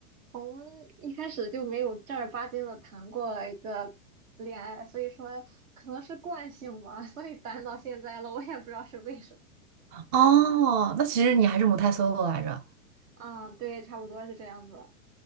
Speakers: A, on the right; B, on the right.
A: 从一开始就没有正儿八经的谈过一个恋爱，所以说可能是惯性吧，所以单到现在了，我也不知道是为什么。
B: 哦，那其实你还是母胎 solo 来着。
A: 啊，对，差不多是这样子。